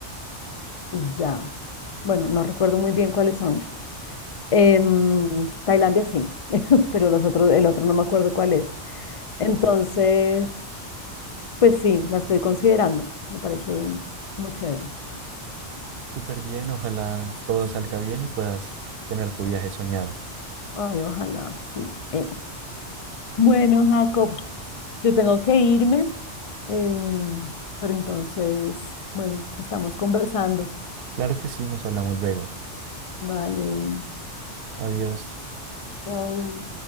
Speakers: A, on the left; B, on the right.
A: y ya. Bueno, no recuerdo muy bien cuáles son. Em, Tailandia sí, <laughs> pero los otros, el otro no me acuerdo cuál es. Entonces, pues sí, la estoy considerando. Me parece como chévere.
B: Súper bien, ojalá todo salga bien y puedas tener tu viaje soñado.
A: Ay, ojalá, sí. Eh, Bueno, Jacob, yo tengo que irme, em, pero entonces, bueno, estamos conversando.
B: Claro que sí, nos hablamos luego.
A: Vale,
B: Adiós.
A: chao.